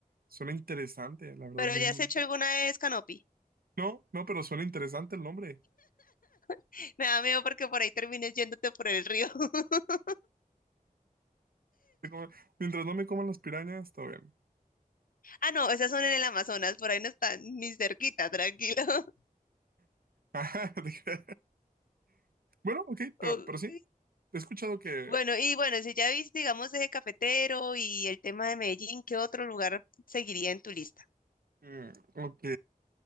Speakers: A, on the right (about 85°); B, on the left (about 70°).
A: suena interesante, la verdad.
B: Pero
A: muy-
B: ¿ya
A: muy-
B: has hecho alguna vez canopy?
A: No, no, pero suena interesante el nombre.
B: <laughs> Me da miedo porque por ahí termines yéndote por el río. <laughs>
A: Te come- Mientras no me coman las pirañas, todo bien.
B: Ah, no, esas son en el Amazonas, por ahí no están ni cerquita, tranquilo. <laughs>
A: <laughs> Dije, Bueno, ok, pero,
B: Ok.
A: pero sí. He escuchado que.
B: Bueno, y bueno, si ya viste, digamos, eje cafetero y el tema de Medellín, ¿qué otro lugar seguiría en tu lista?
A: mm, ok.